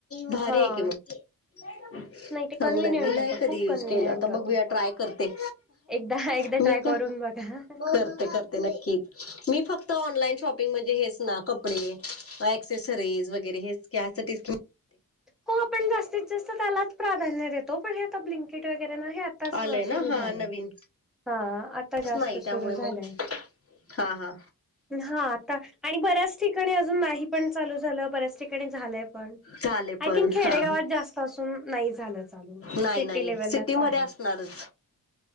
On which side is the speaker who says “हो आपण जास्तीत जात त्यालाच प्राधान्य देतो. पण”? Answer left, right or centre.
Centre